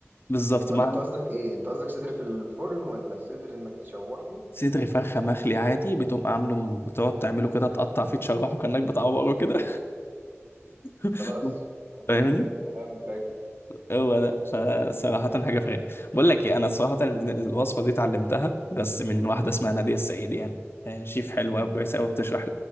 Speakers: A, on the left; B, on the right.
A: بالظبط
B: ولا
A: مع
B: انت قصدك ايه انت قصدك صدر في الفرن ولا صدر انك تشوحه
A: صدر فرخه
B: وت...
A: مخلي عادي بتقوم عامله بتقعد تعمله كده تقطع فيه تشرحه كانك بتعوره كده <laughs>
B: خلاص فهم-
A: فاهمني
B: فهمتك
A: هو ده فصراحة
B: يا
A: حاجة في غير بقول لك ايه انا صراحة الوصفة دي اتعلمتها بس من واحدة اسمها نادية السعيد يعني آه، شيف حلوة
B: مم.
A: وكويسة قوي بتشرح